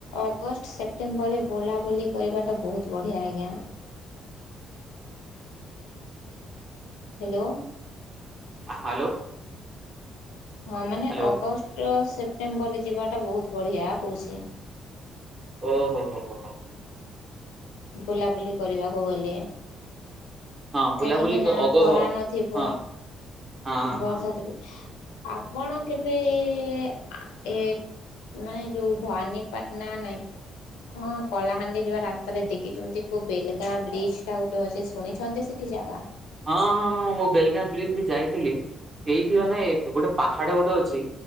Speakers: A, on the left (about 70°); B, on the right (about 35°).
A: ଅଗଷ୍ଟ ସେପ୍ଟେମ୍ବରରେ ବୁଲାବୁଲି କରିବାଟା ବହୁତ ବଢିଆ ଆଞା। ହ୍ୟାଲୋ
B: ହ୍ୟାଲୋ
A: ହଁ ମାନେ
B: ହ୍ୟାଲୋ
A: ଅଗଷ୍ଟ ସେ ସେପ୍ଟେମ୍ବରରେ ଯିବାଟା ବହୁତ ବଢ଼ିଆ କହୁଛି।
B: ଓ ହୋ ହୋ ହଁ ହଁ ।
A: ବୁଲାବୁଲି କରିବାକୁ ଗଲେ।
B: ହଁ ବୁଲାବୁଲି
A: କାହିଁକି
B: କ
A: ନା
B: ଅଗ
A: ଖରା
B: ହଁ
A: ନଥିବ
B: ହଁ ହଁ
A: ବର୍ଷା
B: ହଁ
A: ଥିବ ଆପଣ କେବେ ଏ-ଏ-ଏ ଏ ମାନେ ଯେଉଁ ଭବାନୀପାଟଣା ନାହିଁ ହଁ କଲାହାଣ୍ଡି ଯିବା ରା ଥରେ ଦେଖିଛନ୍ତି କୋ ବେଲଗାଁ ବ୍ରିଜ ଟା ଗୋଟେ ଅଛି ଶୁଣିଛନ୍ତି ସେଠି ଜାଗା।
B: ହଁ ହଁ ହଁ ମୁଁ ବେଲଗାଁ ବ୍ରିଜ ବି ଯାଇଥିଲି। ସେଇଠି ମାନେ ଗୋଟେ ପାହାଡ ଗୋଟେ ଅଛି।